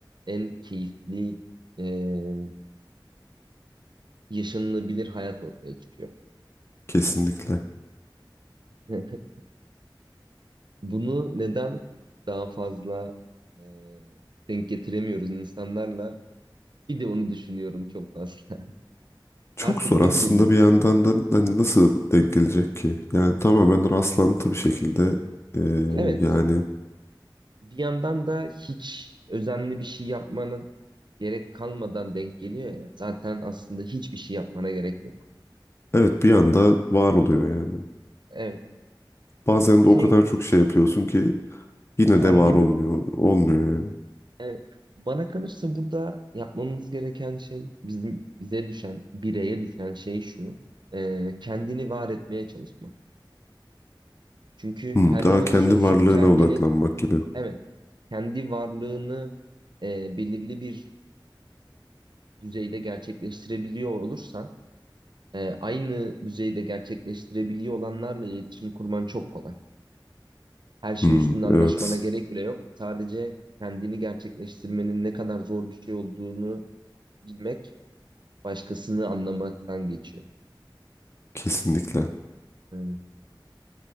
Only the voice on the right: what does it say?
en keyifli e, yaşanılabilir hayat ortaya çıkıyor.
<laughs> Bunu neden daha fazla e, denk getiremiyoruz insanlarla? Bir de onu düşünüyorum çok fazla. <laughs>
Artık
ne
bileyim.
Evet.
Bir yandan da hiç özenli bir şey yapmana gerek kalmadan denk geliyor ya. Zaten aslında hiçbir şey yapmana gerek yok.
Evet.
Şey
kendini
evet, bana kalırsa burada yapmamız gereken şey bizim bize düşen, bireye düşen şey şu. e, kendini var etmeye çalışmak. Çünkü
her
ne olursa
olsun
kendini
evet kendi varlığını e, belirli bir düzeyde gerçekleştirebiliyor olursan e, aynı düzeyde gerçekleştirebiliyor olanlarla iletişim kurman çok kolay. Her şey
üstünde anlaşmana
gerek bile yok. Sadece kendini gerçekleştirmenin ne kadar zor bir şey olduğunu bilmek başkasını anlamaktan geçiyor.
Hmm.